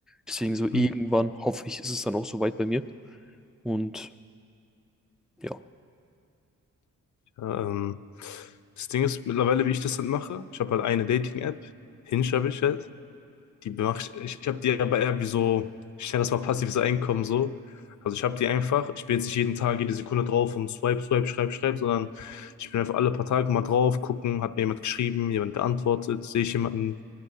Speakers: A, in the centre; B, on the left.
A: Deswegen so
B: Mhm.
A: irgendwann hoffe ich, ist es dann auch soweit bei mir. Und ja,
B: ja, ähm, das Ding ist mittlerweile, wie ich das dann mache. Ich habe halt eine Dating-App, Hinge habe ich halt. Die mach ich, ich, ich habe die aber eher wie so, ich nenne das mal passives Einkommen so. Also ich habe die einfach, ich bin jetzt nicht jeden Tag, jede Sekunde drauf und swipe, swipe, schreib, schreib, sondern ich bin einfach alle paar Tage mal drauf, gucken, hat mir jemand geschrieben, jemand geantwortet, sehe ich jemanden,